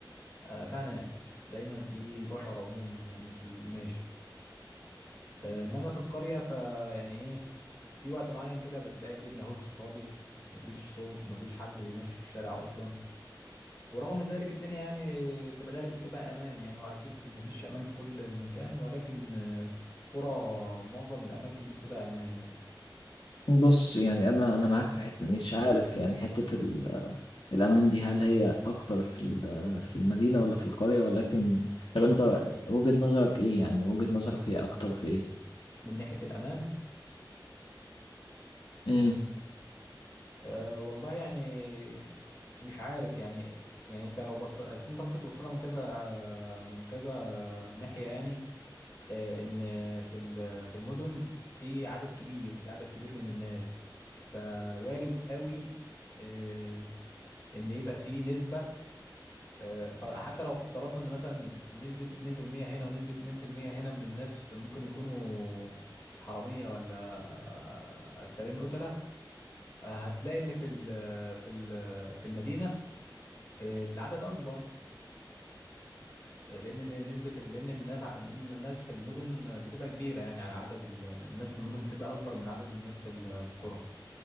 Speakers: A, on the left; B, on the left.
A: آه، فيها ناس دايما في بشر عموما يعني في الماشي آه، إنما في القرية فيعني إيه في وقت معين كده بتلاقي الدنيا هص خالص مفيش صوت مفيش حد بيمشي في الشارع أصلا ورغم ذلك الدنيا يعني في الغالب بتبقى امان يعني واكيد مفيش امان في كل مكان ولكن آه، في كرة معظم الاماكن دي بتبقى امان يعني
B: بص يعني أنا أنا معاك في حتة مش عارف يعني حتة ال... الأمان دي هل هي أكتر في ال... في المدينة ولا في القرية ولكن طب أنت وجهة نظرك إيه يعني وجهة نظرك هي أكتر في إيه؟
A: من ناحية الامان
B: امم
A: أه والله يعني مش عارف يعني يعني انت لو بص اصل انت ممكن توصلها من كذا من كذا ناحية يعني آه، ان في ال- في المدن في عدد كبير في عدد كبير من الناس فوارد قوي آه، ان يبقى في نسبة آه، فحتى لو افترضنا ان مثلا نسبة 2% هنا ونسبة 2% هنا من الناس ممكن يكونوا حرامية ولا آه، قتالين قتلة آه، هتلاقي ان في ال في ال في المدينة آه، العدد اكبر آه، لان نسبة لان الناس ع- لأن الناس في المدن بتبقى كبيرة يعني عدد ال- الناس في المدن بتبقى اكبر من عدد الناس في ال- في القرى